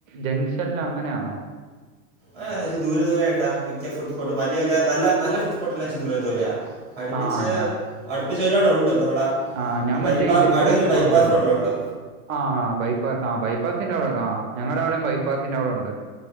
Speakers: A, on the right; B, in the centre.
A: ജംഗ്ഷനിൽ അങ്ങനാണോ?
B: ഹ് ദൂരെ ദൂരായിട്ടാ മിക്ക ഫുഡ്സ്പോട്ടും വല്ല്യ വല്ല്യ നല്ല നല്ല ഫുഡ്സ്പോട്ടെല്ലാം ഇച്ചിരി ദൂരെ ദൂരെയ അടുപ്പിച്ച്
A: ആഹ്
B: അടുപ്പിച്ചൊരുപാടുണ്ട് നമ്മുടെ
A: ആ ഞാൻ
B: ഈ ബൈപ്പാ
A: മറ്റേ ഇത് ഇവിടൊക്കെ
B: അടൂർ ബൈപ്പാസ്
A: പോഴപ്പെയെ
B: റോഡിലുണ്ട്
A: ആ ബൈപ്പാസ് ആ ബൈപ്പാസിന്റെ അവിടൊക്കെ ആ ഞങ്ങട അവിടെയും ബൈപ്പാസിന്റെറെ അവിടെ ഉണ്ട്